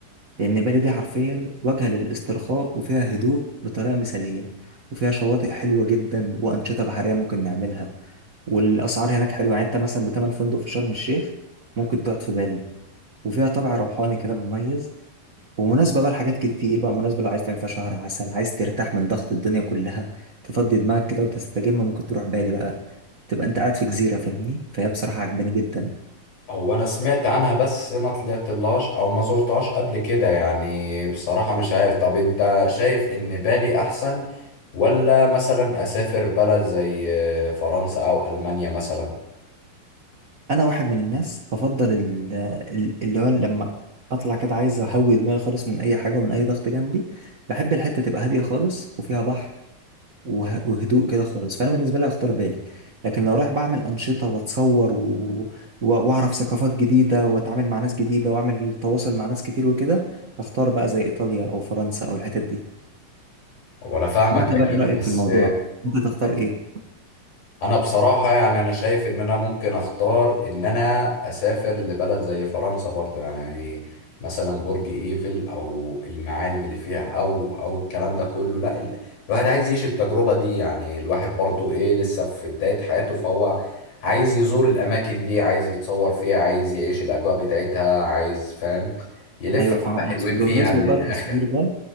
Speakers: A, on the right; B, on the left.
A: لأن بالي دي حرفيا وجهة للاسترخاء وفيها هدوء بطريقة مثالية وفيها شواطئ حلوة جدا وأنشطة بحرية ممكن نعملها والأسعار هناك حلوة يعني أنت مثلا بتمن فندق في شرم الشيخ ممكن تقعد في بالي وفيها طابع روحاني كده مميز ومناسبة بقى لحاجات كتير بقى مناسبة لو عايز تعمل فيها شهر عسل عايز ترتاح من ضغط الدنيا كلها تفضي دماغك كده وتستجم ممكن تروح بالي بقى تبقى أنت قاعد في جزيرة فاهمني فهي بصراحة عجباني جدا
B: هو انا سمعت عنها بس ما طلعتلهاش او ما زرتهاش قبل كده يعني بصراحة مش عارف طب انت شايف ان بالي احسن ولا مثلا اسافر بلد زي فرنسا او المانيا مثلا
A: انا واحد من الناس بفضل ال- ال- اللي هو لما اطلع كده عايز اهوي دماغي خالص من اي حاجه ومن اي ضغط جنبي بحب الحته تبقى هاديه خالص وفيها بحر وه- وهدوء كده خالص فانا بالنسبه لي هختار بالي لكن لو رايح بعمل انشطه واتصور و... و- واعرف ثقافات جديده واتعامل مع ناس جديده واعمل تواصل مع ناس كتير وكده هختار بقى زي ايطاليا او فرنسا او الحتت دي
B: وانا فاهمك
A: وانت
B: اكيد
A: بقى ايه رايك
B: بس
A: في الموضوع انت تختار ايه
B: انا بصراحة يعني انا شايف ان انا ممكن اختار ان انا اسافر لبلد زي فرنسا برضو يعني مثلا برج ايفل او المعالم اللي فيها او او الكلام ده كله لا ال... الواحد عايز يعيش التجربة دي يعني الواحد برضو ايه لسه في بداية حياته فهو عايز يزور الاماكن دي عايز يتصور فيها عايز يعيش الاجواء بتاعتها عايز فاهم يلف
A: ايوه
B: حبة
A: فاهم
B: حلوين
A: بمناسبه
B: فيها من
A: بقى
B: الاخر
A: التصوير ده